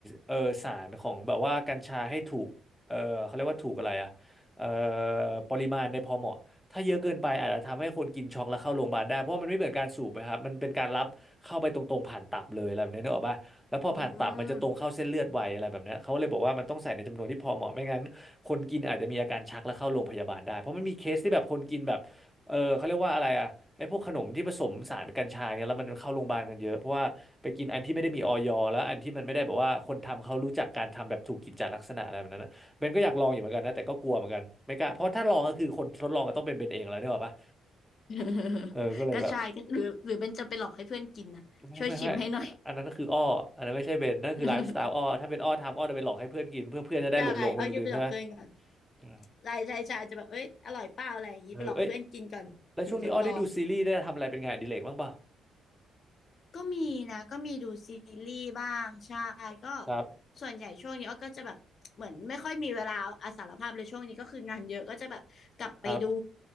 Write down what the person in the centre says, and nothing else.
เออสารของแบบว่ากัญชาให้ถูกเออเขาเรียกว่าถูกอะไรอะเออปริมาณในพอเหมาะถ้าเยอะเกินไปอาจจะทำให้คนกินช็อกแล้วเข้าโรงพยาบาลได้เพราะว่ามันไม่เหมือนการสูบนะครับมันเป็นการรับเข้าไปตรงๆผ่านตับเลยอะไรแบบนี้นึกออกป่ะแล้วพอผ่านตับมันจะตรงเข้าเส้นเลือดไวอะไรแบบเนี้ยเขาเลยบอกว่ามันต้องใส่ในจำนวนที่พอเหมาะไม่งั้นคนกินอาจจะมีอาการชักและเข้าโรงพยาบาลได้เพราะมันมีเคสที่แบบคนกินแบบเออเขาเรียกว่าอะไรอะ
ไอ้พวกขนมที่ผสมสารกัญชาเนี่ยแล้วมันเข้าโรงพยาบาลกันเยอะเพราะว่าไปกินอันที่ไม่ได้มีออยแล้วอันที่มันไม่ได้แบบว่าคนทำเขารู้จักการทำแบบถูกกิจจลักษณะอะไรแบบนั้นนะเบนก็อยากลองอยู่เหมือนกันนะแต่ก็กลัวเหมือนกันไม่กล้าเพราะถ้าลองก็คือคนทดลองก็ต้องเป็นเบนเองแล้วนี่หรอกปะ
เออก็เลยแบบ
ไม่ไม่ไม่อันนั้นก็คืออ้ออันนั้นไม่ใช่เบนนั่นคือไลฟ์สไตล์อ้อถ้าเป็นอ้อทำอ้อจะไปหลอกให้เพื่อนกินเพื่อเพื่อนจะได้หลงหลงไปลืมๆใช่ไหม
ใช่
เออเอ้ยแล้วช่วงนี้อ้อได้ดูซีรีส์ได้ทำอะไรเป็นงานอดิเรกบ้างเปล่า
ครับ
ครับ